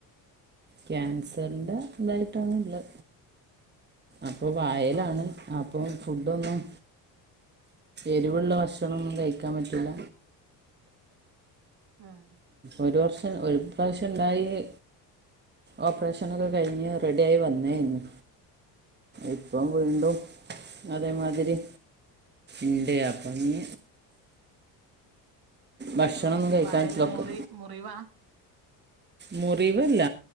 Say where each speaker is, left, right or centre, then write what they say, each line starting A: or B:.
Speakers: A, on the right; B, on the right.
A: ക്യാൻസറിന്റെ
B: ഉം
A: ഇതായിട്ടാണള്ള അപ്പൊ വായലാണ്
B: ആ
A: അ അപ്പൊ ഫുഡൊന്നും എരിവുള്ള ഭക്ഷണൊന്നും കയ്ക്കാൻ പറ്റുല
B: ഉം
A: ഒരു വർഷം ഒരു പ്രാശ്യം ഒണ്ടായെല് ഓപ്പറേഷനൊക്കെ കയിഞ്ഞ് റെഡിയായി വന്നേരുന്നു ഇപ്പോ വീണ്ടും
B: ഉം
A: അതേമാതിരി ഇണ്ട് അപ്പൊനി ഭക്ഷണമൊന്നും
B: വ
A: കഴിക്കാൻ
B: വായെല്
A: പറ്റില്ല ഒക്കെ
B: മുറി മുറിവാ
A: മുറിവല്ല